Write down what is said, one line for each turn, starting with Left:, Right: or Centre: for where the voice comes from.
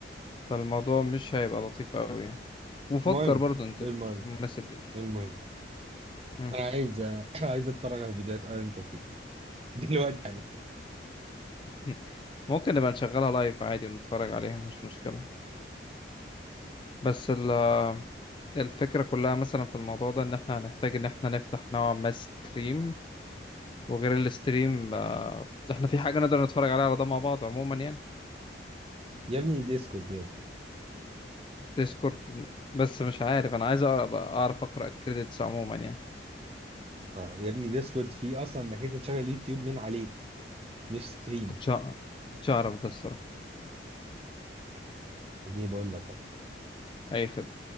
Left: فالموضوع مش هيبقى لطيف قوي يعني وفكر
Right: المهم
Left: برضه انت
Right: المهم
Left: تشوف المناسب ليك
Right: المهم
Left: مم.
Right: انا عايز أ- <clears throat> عايز اتفرج على فيديوهات ايرون توفيق دلوقتي حالا
Left: <laughs> ممكن نبقى نشغلها لايف عادي ونتفرج عليها مش مشكلة بس ال... الفكرة كلها مثلا في الموضوع ده ان احنا هنحتاج ان احنا نفتح نوعا ما ستريم وغير الستريم آه، احنا في حاجة نقدر نتفرج عليها على ده مع بعض عموما يعني
Right: يا ابني ديسكورد
Left: ديسكورد بس مش عارف انا عايز اقرا أبقى اعرف اقرا الكريدتس عموما يعني
Right: آه، يا ابني ديسورد فيه اصلا انك انت تشغل يوتيوب من عليه مش ستريم
Left: كنتش أع- كنتش اعرف ده الصراحه
Right: اديني بقول لك
Left: اي خدمه